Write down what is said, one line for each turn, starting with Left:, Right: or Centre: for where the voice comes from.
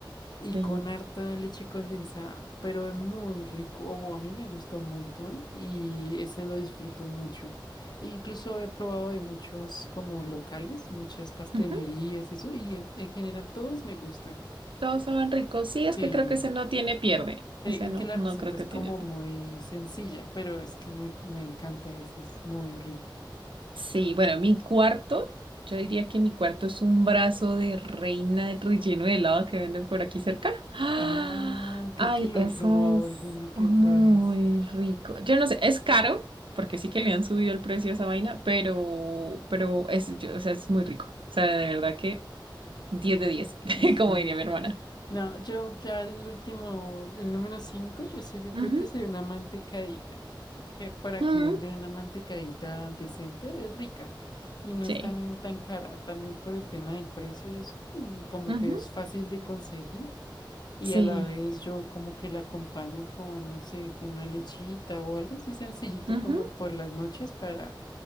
Left: y
Right: sí.
Left: con harta leche condensada, pero es muy rico. o a mí me gusta un montón y ese lo disfruto mucho. E incluso he probado de muchos como locales, muchas pastelerías
Right: ujú,
Left: y eso, y en en general todos me gustan.
Right: Todos saben ricos. Sí, es
Left: Sí.
Right: que creo que ese no tiene pierde.
Left: Sí,
Right: Ese
Left: es
Right: no,
Left: que la
Right: no
Left: receta
Right: creo que
Left: es como
Right: tiene pierde.
Left: muy sencilla, pero es que me, me encanta, eso es muy rico.
Right: Sí, bueno, mi cuarto, yo diría que mi cuarto es un brazo de reina de relleno de helado que venden por aquí cerca. ¡Ah!
Left: Ah,
Right: Ay,
Left: creo que lo
Right: eso
Left: he probado
Right: es
Left: alguna
Right: muy
Left: que otra vez.
Right: rico. Yo no sé, es caro, porque sí que le han subido el precio a esa vaina, pero, pero es, yo- o sea, es muy rico. O sea, de verdad que diez de diez, <laughs>
Left: <laughs>
Right: como diría mi hermana.
Left: No, yo ya el último, el número 5, yo sé, yo
Right: Ujú,
Left: creo que sería una mantecadita. Que por aquí
Right: ujú,
Left: venden una mantecadita decente, es rica y no
Right: Sí.
Left: es tan, tan cara. También por el tema del precio y eso, mm, como
Right: ujú,
Left: que es fácil de conseguir. Y
Right: Sí.
Left: a la vez yo como que la acompaño con, no sé, con una lechita o algo así sencillito
Right: ujú,
Left: como por las noches para,